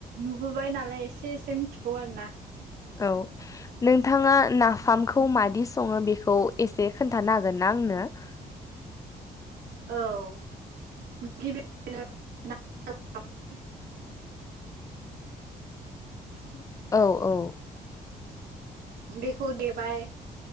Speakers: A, on the right (about 80°); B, on the left (about 20°).
A: नुबोबाय नालाय एसे एसे मिथि गौ आरो ना
B: औ नोंथाङा नाफामखौ मादि सङो बेखौ एसे खोन्थानो हागोनना आंनो? दा
A: औ <unintelligible>
B: <inaudible> औ औ
A: बेखौ देबाय